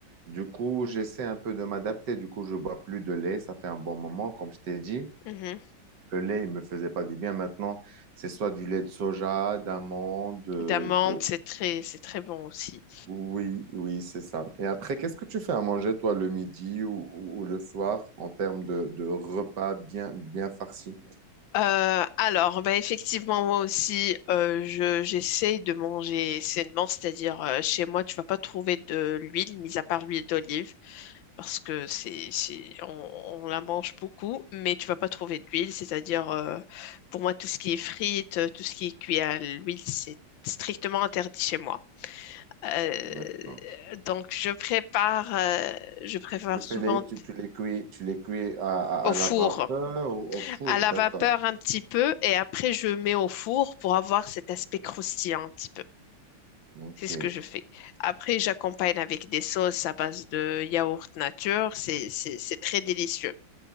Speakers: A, on the right; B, on the left.
A: Du coup, j'essaie un peu de m'adapter. Du coup, je bois plus de lait. Ça fait un bon moment, comme je t'ai dit.
B: Mhm.
A: Le lait, il me faisait pas du bien. Maintenant, c'est soit du lait de soja, d'amande, de,
B: D'amandes,
A: de,
B: c'est très, c'est très bon aussi.
A: oui, oui, c'est ça. Et après, qu'est-ce que tu fais à manger, toi, le midi ou, ou- ou le soir, en termes de, de repas bien, bien farcis?
B: Euh, alors, bah effectivement, moi aussi, euh, je, j'essaye de manger sainement, c'est-à-dire euh, chez moi, tu vas pas trouver de l'huile, mis à part l'huile d'olive, parce que c'est, c'est, on, on la mange beaucoup, mais tu vas pas trouver d'huile, c'est-à-dire euh, pour moi, tout ce qui est frites, euh, tout ce qui est cuit à l'huile, c'est strictement interdit chez moi. Euh,
A: D'accord.
B: donc, je prépare, euh, je prépare
A: Tu fais
B: souvent
A: les, tu, tu les cuis, tu les cuis à, à,
B: au
A: à
B: four.
A: la vapeur ou au four,
B: à la
A: d'accord.
B: vapeur un petit peu et après je mets au four pour avoir cet aspect croustillant un petit peu.
A: Ok,
B: C'est ce que je fais. Après, j'accompagne avec des sauces à base de yaourt nature. C'est, c'est, c'est très délicieux.